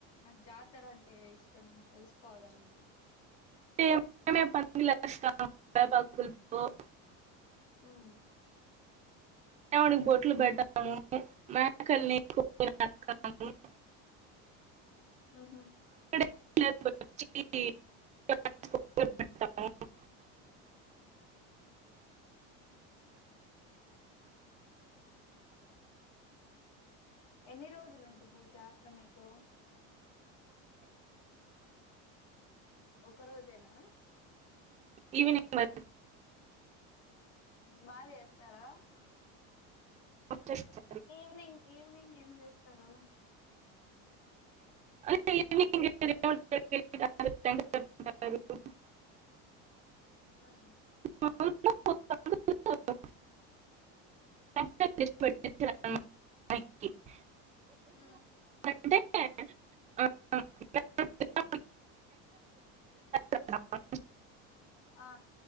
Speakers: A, on the left; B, on the right.
A: నాకు జాతర అంటే ఇష్టం తెలుసుకోవాలనుంది
B: <inaudible>
A: హ్మ్
B: దేవునికి బొట్లు పెడ్డాము మేకల్ని <unintelligible>
A: హ్మ్ హు
B: <unintelligible>
A: ఎన్ని రోజులు ఉంటుంది జాతర మీకు ఒక రోజేనా
B: ఈవినింగ్ మ
A: బాగా చేస్తారా
B: వచ్చేస్త
A: ఈవినింగ్ ఈవినింగ్ ఏం చేస్తారు
B: <unintelligible>
A: హ్మ్
B: <unintelligible> <unintelligible>
A: హ్మ్
B: అంటే <unintelligible> కదా.
A: ఆ